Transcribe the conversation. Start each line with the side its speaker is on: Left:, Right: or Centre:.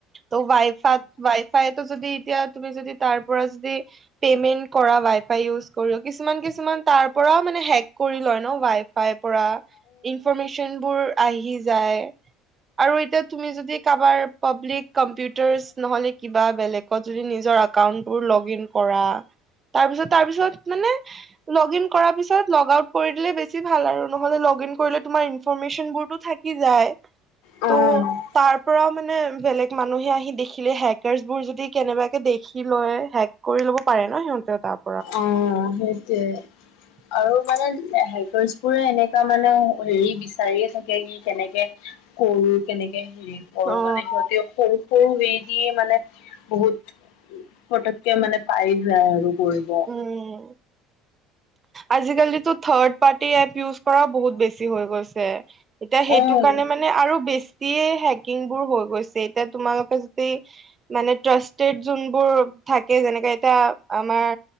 Right: ত' ৱাইফাত-ৱাইফাইতটো যদি এতিয়া তুমি যদি তাৰ পৰা যদি পেমেন্ট কৰা ৱাই ফাই ইউজ কৰোঁ কিছুমান, কিছুমান তাৰ পৰাও মানে হেক কৰি লয় ন, ৱাইফাইৰ পৰা। ইনফৰমেশচনবোৰ আহি যায়। আৰু এতিয়া তুমি যদি কাৰোবাৰ পাব্লিক কম্পিউটাৰছ নহ'লে কিবা বেলেগ ত নিজৰ একাউণ্টবোৰ যদি লগ ইন কৰা তা তাৰপিছত মানে লগ ইন কৰাৰ পিছত লগ আউট কৰি দিলে বেছি ভাল আৰু নহ'লে লগ ইন কৰিলে তোমাৰ ইনফৰমেশনবোৰতো থাকি যায়,
Left: অ',
Right: ত' তাৰ পৰাও মানে বেলেগ মানুহে আহি দেখিলে হেকাৰছবোৰ যদি কেনেবাকে দেখি লয়, হেক কৰি ল'ব পাৰে ন' সিহঁতে তাক।
Left: অ', সেইটোৱে।
Right: <inaudible>
Left: আৰু মানে হেকাৰছবোৰে এনেকুৱা মানে হেৰি বিচাৰিয়ে থাকে কি কেনেকে কৰোঁ, কেনেকে হেৰি কৰোঁ
Right: অ
Left: মানে সিহতিও সৰু সৰু ৱে দি মানে বহুত পতকে মানে পাই যায় আৰু কৰি ব।
Right: উম। আজিকালিটো থাৰ্ড পাৰটি এপ ইউজ কৰা বহুত বেছি হৈ গৈছে। এতিয়া সেইটো
Left: অ',
Right: কাৰণে মানে আৰু বেছিয়ে হেকিংবোৰ হৈ গৈছে এতিয়া তোমালোকে যদি মানে ট্ৰাষ্টেড যোনবোৰ থাকে, যেনেকে এতিয়া আমাৰ